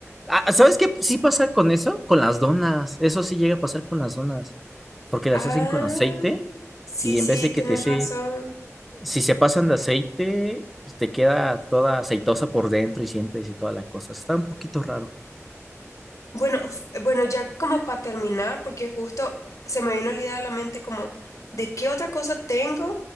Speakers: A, in the centre; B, on the left.
A: Ah, ¿Sabes qué sí pasa con eso? Con las donas. Eso sí llega a pasar con las donas, porque las
B: Ah,
A: hacen con aceite
B: sí,
A: y en
B: sí,
A: vez de que
B: tienes
A: te se,
B: razón.
A: si se pasan de aceite, te queda toda aceitosa por dentro y sientes y toda la cosa. Está un poquito raro.
B: Bueno, f- bueno, ya como para terminar, porque justo se me vino la idea a la mente como, ¿de qué otra cosa tengo